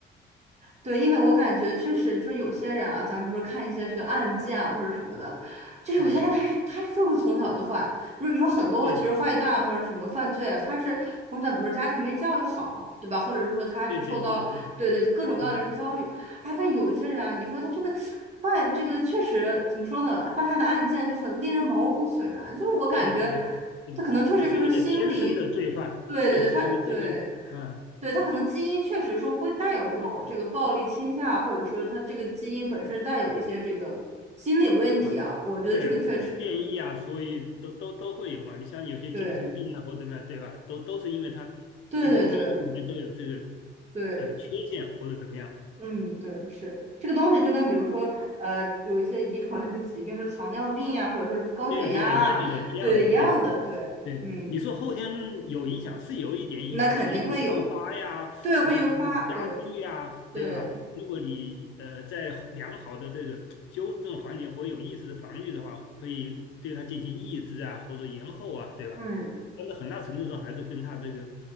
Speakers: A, on the right; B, on the left.
A: 对，因为我感觉确实，你说有些人啊，咱不是看一些这个案件啊或者什么的，就有些人他是他是就是从小就坏。
B: 啊，
A: 如果你说很多其实坏蛋啊或者什么犯罪啊，
B: 对
A: 他是从小比如说家庭没教育好，对吧？或者是说他这个受到对对各种各样的这个遭遇，
B: 对对对对嗯
A: 哎，但有一些人啊，你说他这个犯这个确实怎么说呢？犯下的案件就很令人毛骨悚然，就是我感觉
B: 对对对对，
A: 他可能确实就是心理，
B: 就所谓的天生的罪犯，
A: 对对对，
B: 就是所谓的天生的。
A: 他对。
B: 嗯，
A: 对，他可能基因确实说会带有这种这个暴力倾向，或者说他这个基因本身带有一些这个心理问题啊，
B: 啊，
A: 我觉得这个确实对，
B: 对，变异啊，所以都都都会有嘛。你像有些精神病啊，
A: 对，
B: 或者怎么样，对吧？都都是因为它就是基因里面都有这个
A: 对对对对，
B: 呃缺陷或者怎么样。
A: 嗯，对，是这个东西就跟比如说呃有一些遗传的这个疾病，说糖尿病呀，或者说这个高血压啊，
B: 对呀，对呀，一样的，一样的，
A: 对，一样的，
B: 对，
A: 对，
B: 对，
A: 嗯，
B: 你说后天有影响是有一点影响，
A: 那肯定会有，
B: 它可能会诱发呀，
A: 对，
B: 可能会加剧呀，
A: 会诱发，对对，
B: 对吧？如果你呃在良好的这个纠正环境或有意识的防御的话，可以对它进行抑制啊，或者延后啊，对吧？
A: 嗯，
B: 但是很大程度上还是跟它这个